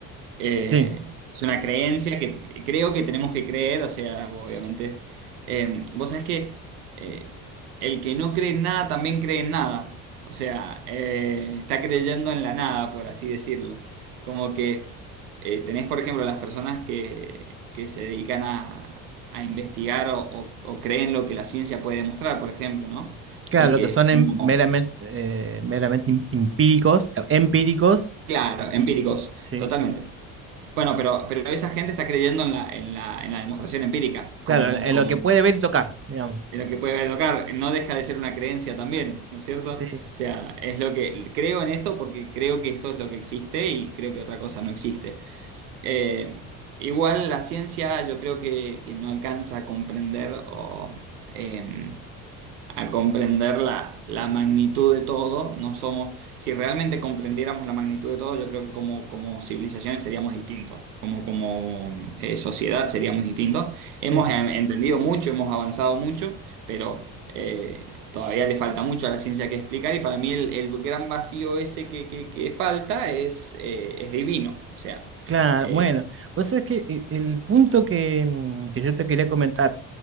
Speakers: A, on the right; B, on the right.
A: Eh,
B: sí,
A: es una creencia que creo que tenemos que creer, o sea, obviamente. Eh, vos sabés que eh, el que no cree en nada también cree en nada. O sea, eh, está creyendo en la nada, por así decirlo. Como que eh, tenés, por ejemplo, las personas que, que se dedican a, a investigar o, o- o creen lo que la ciencia puede demostrar, por ejemplo, ¿no?
B: claro,
A: Y
B: lo
A: que
B: que son
A: es
B: em-
A: como,
B: meramente, eh, meramente em- empíricos, eh, empíricos,
A: claro, empíricos,
B: y sí,
A: totalmente. Bueno, pero, pero esa gente está creyendo en la, en la, en la demostración empírica, como,
B: claro, en
A: como
B: lo que
A: en
B: puede ver y tocar, digamos.
A: lo que puede ver tocar. No deja de ser una creencia también, ¿no es cierto?
B: Sí,
A: O sea, es lo que creo en esto porque creo que esto es lo que existe y creo que otra cosa no existe. Eh, igual la ciencia yo creo que, que no alcanza a comprender o, em, a comprender la, la magnitud de todo. No somos, si realmente comprendiéramos la magnitud de todo, yo creo que como, como civilizaciones seríamos distintos, como, como eh, sociedad seríamos distintos. Hemos
B: sí,
A: eh, entendido mucho, hemos avanzado mucho, pero eh, todavía le falta mucho a la ciencia que explicar y para mí el, el gran vacío ese que, que- que falta es, eh, es divino. O sea,
B: claro.
A: eh,
B: Bueno, vos sabés que e- el punto que, mm, que yo te quería comentar,